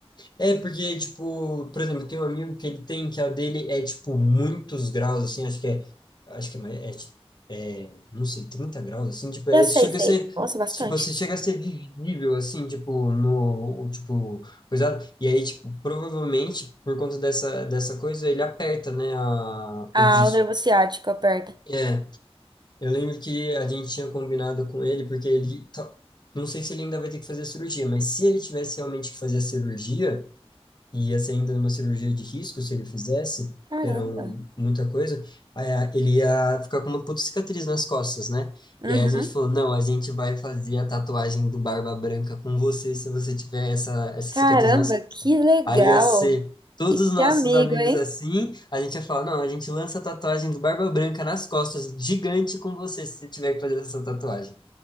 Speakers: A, on the left (about 45°); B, on the right (about 45°).
A: É, porque, tipo, por exemplo, tem um amigo que ele tem, que a dele é, tipo, muitos graus, assim, acho que é, acho que é, mais- é, ti- é, não sei, 30 graus, assim, tipo, é,
B: Eu sei,
A: chega
B: sei.
A: a ser,
B: Nossa, bastante.
A: tipo, você chega a ser visível, assim, tipo, no, o, tipo, coisado, e aí, tipo, provavelmente, por conta dessa, dessa coisa, ele aperta, né, a,
B: Ah,
A: o disco.
B: o nervo ciático aperta.
A: É, eu lembro que a gente tinha combinado com ele, porque ele, tá- não sei se ele ainda vai ter que fazer a cirurgia, mas se ele tivesse realmente que fazer a cirurgia, e ia ser ainda uma cirurgia de risco se ele fizesse,
B: Caramba.
A: que era um, muita coisa, aí a- ele ia ficar com uma puta cicatriz nas costas, né?
B: Uhum.
A: E aí a gente falou, não, a gente vai fazer a tatuagem do Barba Branca com você se você tiver essa, essa
B: Caramba,
A: cicatriz nas costas.
B: que legal.
A: Aí ia ser todos
B: E que
A: os nossos
B: amigo,
A: amigos
B: hein?
A: assim, a gente ia falar, não, a gente lança a tatuagem do Barba Branca nas costas, gigante com você se você tiver que fazer essa tatuagem,